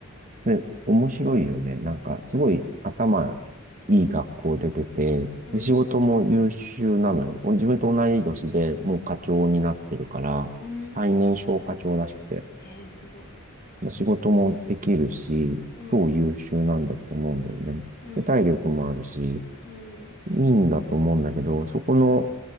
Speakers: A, on the right; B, on the left.
A: で、面白いよね。なんか、すごい頭いい学校出てて、
B: うん。
A: で、仕事も優秀なのよ。自分と同い年でもう課長になってるから、
B: うん。
A: 最年少課長らしくて、
B: へえ、すごい。
A: 仕事もできるし、
B: うん。
A: 超優秀なんだと思うんだよね。
B: うん。
A: で、体力もあるし、い
B: うん。
A: いんだと思うんだけど、そこの